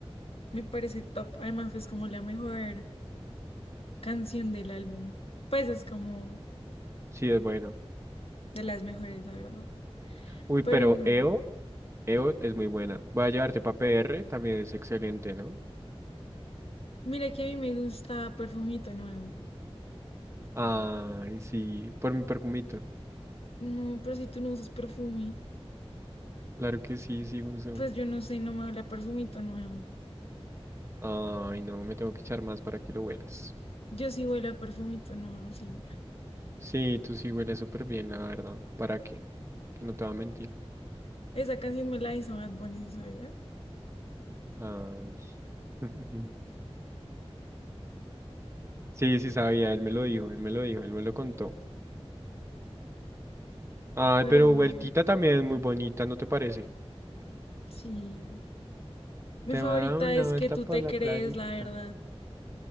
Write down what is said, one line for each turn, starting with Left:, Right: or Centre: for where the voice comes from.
Left: me parece top. Además, es como la mejor. canción del álbum. Pues es como
Right: Sí, es bueno.
Left: de las mejores, la verdad.
Right: Uy,
Left: Pero
Right: pero
Left: no.
Right: EO, EO es muy buena. Voy a llevarte para PR, también es excelente, ¿no?
Left: Mira que a mí me gusta Perfumito Nuevo.
Right: Ay, sí, por mi perfumito.
Left: No, pero si tú no usas perfume,
Right: Claro que sí, sí, uso.
Left: pues yo no sé, no me huele a Perfumito Nuevo.
Right: Ay, no, me tengo que echar más para que lo huelas.
Left: Yo sí huele a Perfumito Nuevo siempre.
Right: Sí, tú sí hueles súper bien, la verdad. ¿Para qué? No te voy a mentir.
Left: Esa canción me la hizo Bad Bunny, ¿sí ¿sabías?
Right: Ay. <laughs> Sí, sí sabía, él me lo dijo, él me lo dijo, él me lo contó. Ay,
Left: Pero
Right: pero
Left: bueno,
Right: vueltita también es muy bonita, ¿no te parece?
Left: sí. Mi
Right: Te
Left: favorita
Right: va a dar una
Left: es
Right: vuelta
Left: que tú
Right: por
Left: te
Right: la
Left: crees,
Right: playita.
Left: la verdad.